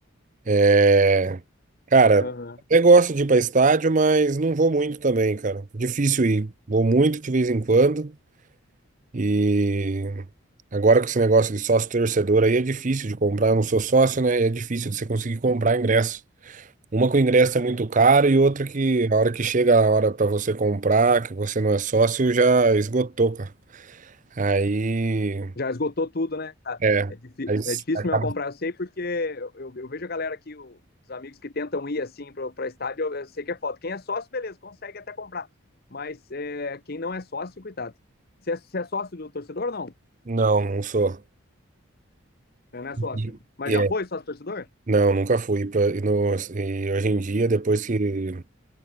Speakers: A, on the right (about 35°); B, on the left (about 45°).
A: É, cara,
B: Uhum.
A: até gosto de ir para estádio, mas não vou muito também, cara. Difícil ir. Vou muito de vez em quando e agora com esse negócio de sócio torcedor aí é difícil de comprar. Eu não sou sócio, né? E é difícil de você conseguir comprar ingresso. Uma que o ingresso é muito caro e outra que a hora que chega a hora pra você comprar, que você não é sócio, já esgotou, cara. Aí,
B: Já esgotou tudo, né, cara?
A: é,
B: É, difí
A: aí s-
B: é difícil
A: acaba-
B: mesmo comprar, eu sei, porque eu, eu, eu vejo a galera aqui, o, os amigos que tentam ir assim para estádio, eu, eu sei que é foda. Quem é sócio, beleza, consegue até comprar. Mas é, quem não é sócio, cuidado. Você é, você é sócio do torcedor ou não?
A: não, não sou.
B: Eu não é sócio.
A: E-
B: Mas
A: e
B: já
A: é,
B: foi sócio torcedor?
A: não, nunca fui pra, e, no- e hoje em dia, depois que,